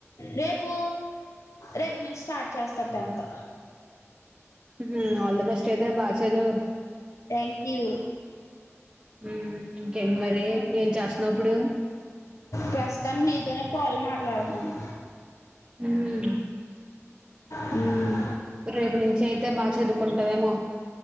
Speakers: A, on the left; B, on the right.
A: రేపు రేపు నుంచి స్టార్ట్ చేస్తారు టెన్త్
B: మ్మ్ ఆల్ ది బెస్ట్ అయితే బాగా చదువు
A: థ్యాంక్ యూ
B: హ్మ్ ఇంకేంటి మరి ఏం చేస్తున్నావ్ ఇప్పుడు
A: ప్రస్తుతానికి నీతోనే కాల్ మాట్లాడుతున్నాను
B: ఊమ్
A: హ్మ్
B: రేపు నుంచి అయితే బాగా చదువుకుంటావేమో